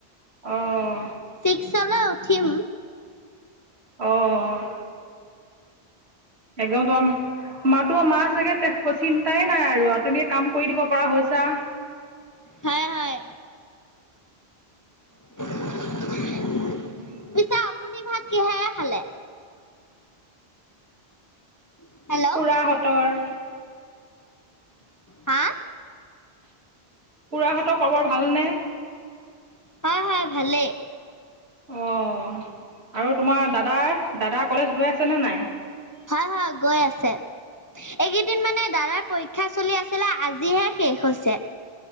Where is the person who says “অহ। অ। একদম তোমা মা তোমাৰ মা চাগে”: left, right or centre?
Right